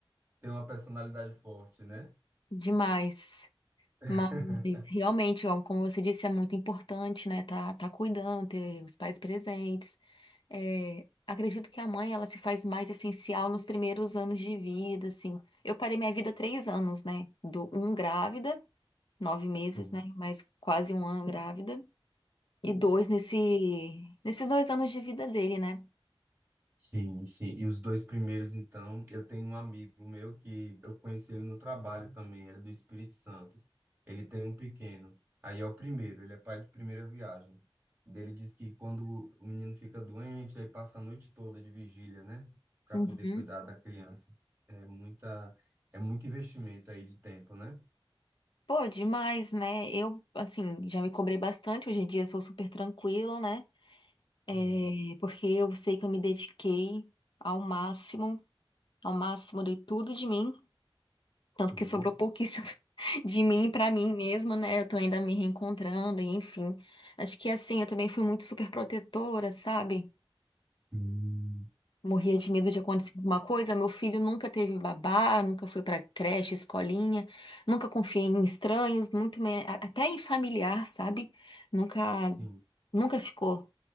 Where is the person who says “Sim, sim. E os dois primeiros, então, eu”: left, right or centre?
Right